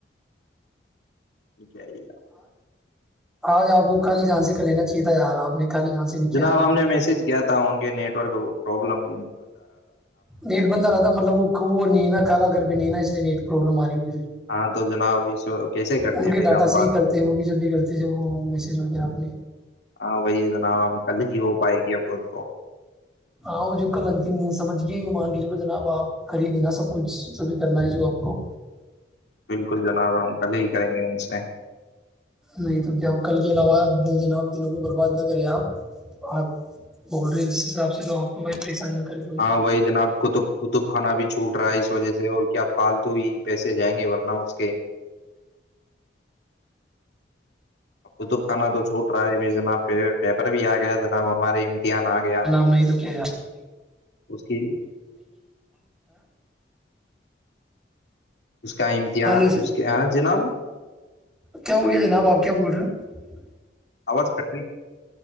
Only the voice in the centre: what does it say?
آج آپ کو خالی جان سے کر لینا چاہے تھا یار آپ نے خالی جان سے نہیں
کیا ابھی
نیٹ بند ا رہا تھا مطلب وہ کو نہیں ہے نہ خالہ گھر پر نہیں ہےنا اس لیےنیٹ پرابلم آ رہی ہے
ان
کے
ڈاٹا
سے
ہی کرتے ہیں وہ بھی جب بھی کرتے ہیں جب وہ میسج وغیرہ اپنے
ہاں وہ جو کل انتم نہیں سمجھ گئے مان کے چلو جناب آپ کر ہی دینا سب کچھ جو بھی کرنا ہے جو آپ کو
نہیں تو کیا آپ کل کے علاوہ جناب دینوں کو برباد نہ کریں آپ آپ بول رہے جس حساب سے تو آپ کو کو پریشان نہ کرے کوئی
نام نہیں تو کیا
ہلو
کیا ہو گیا جناب آپ کیا بول رہے ہو